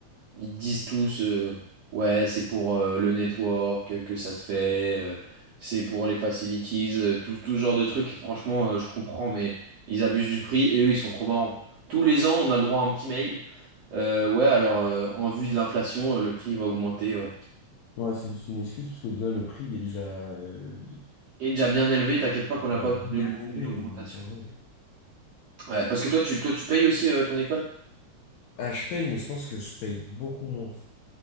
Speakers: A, on the right; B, on the left.
A: ils disent tous, euh, ouais, c'est pour euh, le network euh, que ça te fait, euh, c'est pour les facilities, euh, tout, tout ce genre de trucs. Et franchement, euh, je comprends, mais ils abusent du prix et eux, ils sont trop marrants. Tous les ans, on a le droit à un petit mail. Euh, ouais, alors, euh, en vue de l'inflation, euh, le prix va augmenter, ouais.
B: Ouais, c'est juste une excuse, parce que déjà, le prix est déjà, euh, du-
A: Et déjà bien élevé, t'inquiète pas
B: déjà
A: qu'on n'a pas besoin
B: bien
A: d'aug-
B: élevé.
A: d'une augmentation.
B: il- enfin, ouais.
A: Ouais, parce que toi, tu, toi, tu payes aussi euh, ton école?
B: Ah, je paye, mais je pense que je paye beaucoup moins.